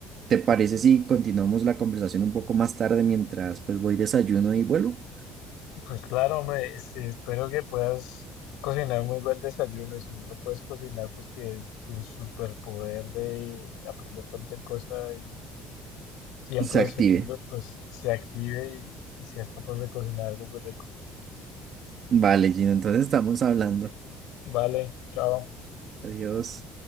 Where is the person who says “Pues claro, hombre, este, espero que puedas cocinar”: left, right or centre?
Left